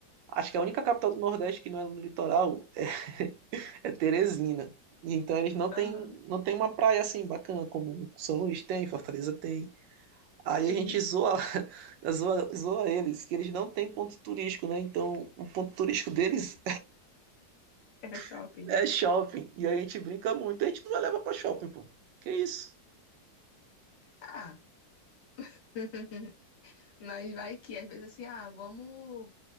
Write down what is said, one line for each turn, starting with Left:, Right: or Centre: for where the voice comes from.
Right: Acho que a única capital do Nordeste que não é no litoral é, <laughs> é Teresina. E Então eles não têm
Left: aham,
Right: não tem uma praia assim bacana, como São Luís tem, Fortaleza tem. Aí
Left: sim.
Right: a gente zoa, <laughs> zoa, zoa eles, que eles não têm ponto turístico, né? Então o ponto turístico deles
Left: É shopping.
Right: <laughs> é shopping. E aí a gente brinca muito, a gente não vai levar pra shopping, pô. Que isso?
Left: Ah, <laughs> mas vai que às vezes assim, ah, vamos